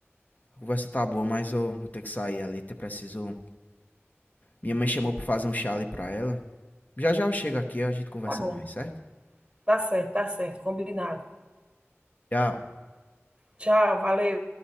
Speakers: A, on the left (about 35°); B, on the right (about 20°).
A: a conversa tá boa, mas eu vou ter que sair ali, eu preciso. Minha mãe chamou pra fazer um chá ali pra ela. Já já eu chego aqui, a gente conversa
B: Tá bom,
A: mais, certo?
B: tá certo, tá certo, combinado.
A: Tchau.
B: Tchau, valeu.